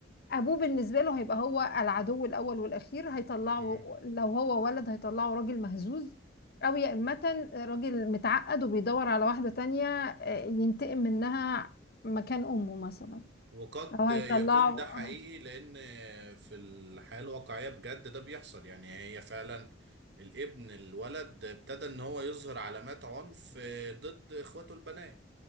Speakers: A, on the left; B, on the right.
A: ابوه بالنسبه له هيبقى هو العدو الاول والاخير هيطلعه
B: يعني
A: لو هو ولد هيطلعه راجل مهزوز او يا امه راجل متعقد وبيدور على واحده تانية آه، ينتقم منها مكان امه مثلا
B: وقد
A: او هيطلعه
B: يكون
A: آه.
B: ده حقيقي لأن في الحياة الواقعية بجد ده بيحصل يعني هي فعلا الابن الولد ابتدى إن هو يظهر علامات عنف ضد إخواته البنات